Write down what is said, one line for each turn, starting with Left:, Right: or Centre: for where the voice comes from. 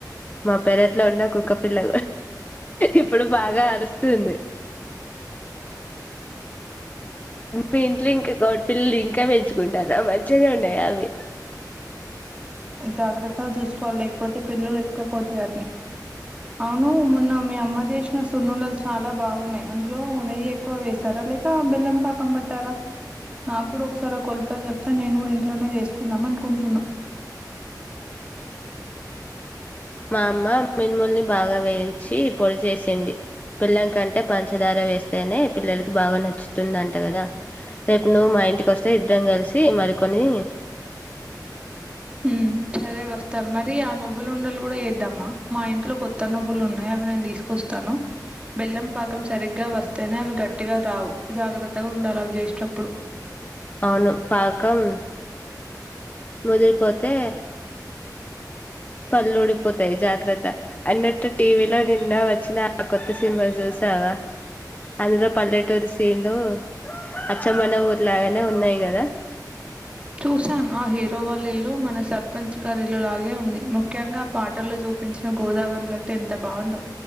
Left: మా పెరట్లో ఉన్న కుక్క పిల్ల ఇప్పుడు బాగా అరుస్తుంది మీ ఇంట్లో ఇంకా కోడపిిల్లలు ఇంకా పెంచుకుంటారా మంచిగానే ఉన్నాయి అవి
Right: జాగ్రత్తలు చూసుకోవాలి లేకపోతే పిల్లలు ఎక్కపోతాయి వాటిని అవును మొన్న మీ అమ్మ చేసిన సున్నుండలు చాలా బాగున్నాయి అందులో నెయ్యి ఎక్కువ వేశారా లేక బెల్లం పాకం పట్టారా నా కూడా ఒకసారి కొలతాలు చెప్తా నేను కూడా ఇంట్లోనే చేసుకుందాం అనుకుంటున్నా
Left: మా అమ్మ మినుముల్ని బాగా వేయించి పొడి చేసింది బిల్లం కంటే పంచ పచ్చదార వేస్తేనే పిల్లలకి బాగా నచ్చుతుందింట కదా రేపు నువ్వు మా ఇంటికి వస్తే ఇద్దరం కలిసి మరికొని
Right: ఉమ్ సరే వాస్తా స్తారు మరి ఆ నువ్వులు ఉండలు కూడా వద్దమ్మా మా ఇంట్లో కొత్త నువ్వులు ఉన్నాయి అవి నేను తీసుకొస్తాను బెల్లం పాకం సరిగ్గా వస్తేనే అవి గట్టిగా రావు జాగ్రత్తగా ఉండాలి అవి చేసేటప్పుడు
Left: అవును పాకం ముదిరిపోతే పళ్ళు ఊడిపోతాయి జాగ్రత్త అన్నట్టు టీవీలో నిన్న వచ్చిన ఆ కొత్త సినిమా చూసా వా అందులో పల్లెటూరి సీన్లు అచ్చమ్మన ఊర్లాగానే ఉన్నాయి కదా
Right: చూశాను ఆ హీరో వాళ్ళ ఇల్లు మన సర్పంచ్ గారిల్లు లాగే ఉంది ముఖ్యంగా ఆ పాటల్లో చూపించిన గోదావరి గట్టటి ఎంత బాగుందో